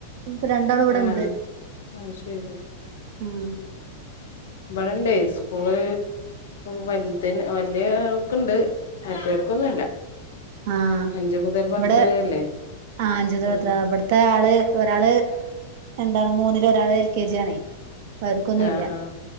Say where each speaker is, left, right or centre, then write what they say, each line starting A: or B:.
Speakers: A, on the right; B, on the left.
A: ഇപ്പൊ രണ്ടാളും ഇവടെ
B: ആഹ്
A: ണ്ട്
B: അത് ശരി
A: ഉം
B: ഇബടണ്ടേ സ്കൂള് വൽതിന് വല്ല്യേ ആൾക്ക്ണ്ട് മറ്റോർക്കൊന്നുല്ല
A: ആ
B: അഞ്ച് മുതൽ പത്ത്
A: ഇവടെ
B: വരെയല്ലേ
A: ആ <unintelligible>
B: സ്കൂള്
A: അവ്ട് ത്തെ ആള് ഒരാള് എന്താണ് മൂന്നില് ഒരാള് എൽ കെ ജി ആണേ പർക്കൊന്നുംഇല്ല
B: ആഹ് ആഹ്